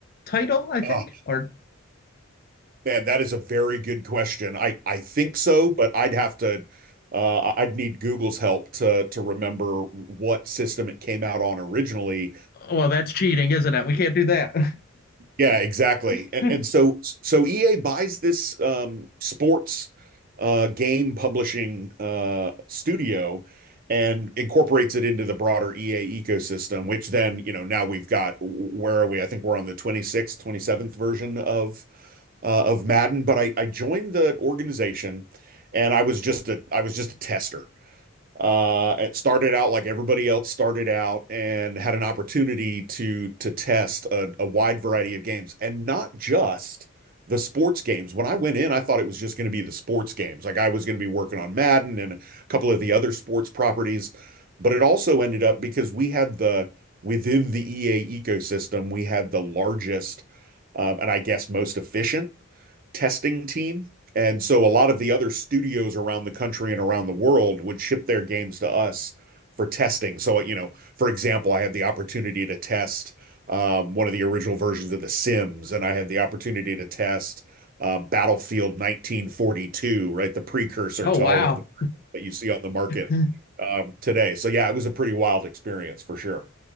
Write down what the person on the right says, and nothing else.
uh,
Man, that is a very good question. I I think so, but I'd have to uh I'd need Google's help to to remember what system it came out on originally.
Yeah, exactly.
And and so so EA buys this um sports uh game publishing uh studio and incorporates it into the broader EA ecosystem, which then, you know, now we've got where are we? I think we're on the 26th, 27th version of uh of Madden, but I I joined the organization and I was just a I was just a tester uh it started out like everybody else started out and had an opportunity to to test a, a wide variety of games and not just the sports games when I went in I thought it was just going to be the sports games like I was going to be working on Madden and a couple of the other sports properties but it also ended up because we had the within the EA ecosystem we had the largest um, and I guess most efficient testing team. And so a lot of the other studios around the country and around the world would ship their games to us for testing. So, you know, for example, I had the opportunity to test um, one of the original versions of The Sims, and I had the opportunity to test um, Battlefield 1942, right? The precursor
to
all of the that you see on the market
um, today. So, yeah, it was a pretty wild experience for sure.